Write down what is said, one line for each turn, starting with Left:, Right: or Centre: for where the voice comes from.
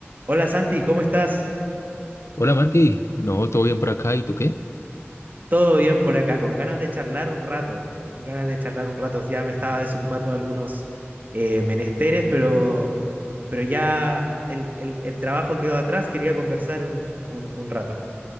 Right: Hola Santi, ¿cómo estás?
Left: Hola Mati, no, todo bien por acá, ¿y tú qué?
Right: Todo bien por acá, con ganas de charlar un rato. Ganas de charlar un rato, ya me estaba desocupando de algunos eh, menesteres, pero, pero ya el, el- el trabajo quedó atrás, quería conversar un, un- un rato.